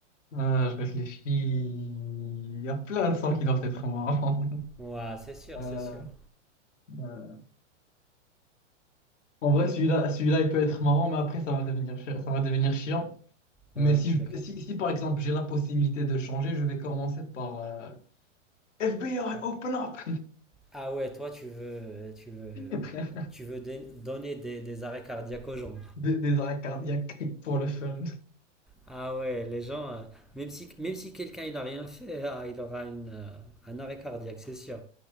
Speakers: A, on the left (about 75°); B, in the centre.
A: Euh, je réfléchis. Il y a plein de sons qui doivent être marrants. <laughs>
B: Ouais, c'est sûr,
A: Euh,
B: c'est sûr.
A: euh, En vrai, celui-là, celui-là, il peut être marrant, mais après, ça va devenir, chi- ça va devenir chiant.
B: Ouais,
A: Mais si, je-
B: lequel?
A: si, si, par exemple, j'ai la possibilité de changer, je vais commencer par euh, FBI, open up!
B: Ah ouais, toi, tu veux, tu veux,
A: <laughs>
B: tu veux dé- donner des, des arrêts cardiaques aux gens.
A: Des, des arrêts cardiaques pour le fun.
B: Ah ouais, les gens, euh, même si, même si quelqu'un il a rien fait, <laughs> ah, il aura une, euh, un arrêt cardiaque, c'est sûr.